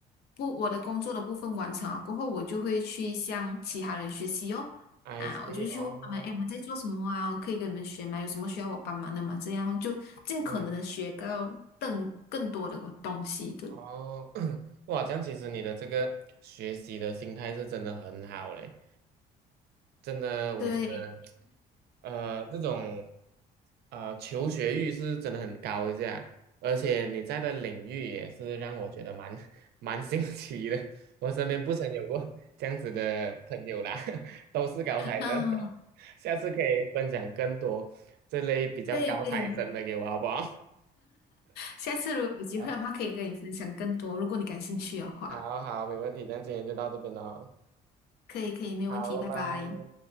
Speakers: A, on the left; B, on the right.
A: 不我的工作的部分完成了过后，我就会去向其他人学习哦。
B: ，I
A: 啊，
B: s
A: 我就去问他们，
B: e 哦，
A: 哎，你们在做什么啊？可以跟你们学吗？有什么需要我帮忙的吗？这样就尽可能的学到更更多的东西对？
B: 嗯哦，<coughs> <clears throat> 哇，这样其实你的这个学习的心态是真的很好嘞，真的，我觉得。
A: 对，
B: 呃，这种呃求学欲是真的很高一下，而且你在的领域也是让我觉得蛮 <laughs> 蛮新奇的。我身边不曾有过这样子的朋友啦，<laughs> 都是高材生。
A: 嗯，
B: <laughs> 下次可以分享更多这类比较高材生的给我，
A: 可以可以，
B: 好不好？
A: 下次如果有机会的话，
B: <laughs>
A: 可以跟你分享更多，如果你感兴趣的话，
B: 好好，好没问题，那今天就到这边喽。
A: 可以可以，没有问题，
B: 好，
A: 拜拜。
B: 拜拜。